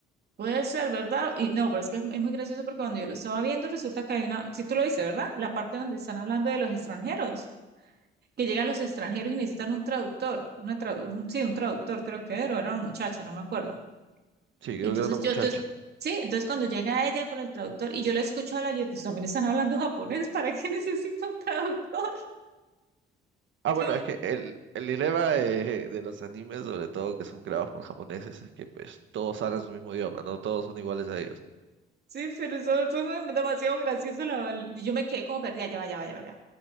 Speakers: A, on the right (about 55°); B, on the right (about 70°).
A: Puede ser, ¿verdad? Y no, pero es que es, es muy gracioso porque cuando yo lo estaba viendo, resulta que hay una, si tú lo viste, ¿verdad? La parte donde están hablando de los extranjeros. que llegan los extranjeros y necesitan un traductor, una tradu- un- sí, un traductor creo que era, o era una muchacha, no me acuerdo.
B: Sí,
A: Y
B: creo
A: entonces
B: que era una muchacha.
A: yo, yo- sí, entonces cuando llega ella con el traductor y yo le escucho hablar, yo, pues también están hablando japonés, <laughs> ¿para qué necesito un traductor?
B: Ah, bueno,
A: Yo me-
B: es que el, el dilema de, de los animes, sobre todo que son creados por japoneses, es que pues todos hablan su mismo idioma, no todos son iguales a ellos.
A: sí, pero eso fue muy- demasiado gracioso, la- y yo me quedé como perdida, ya vaya, vaya, vaya.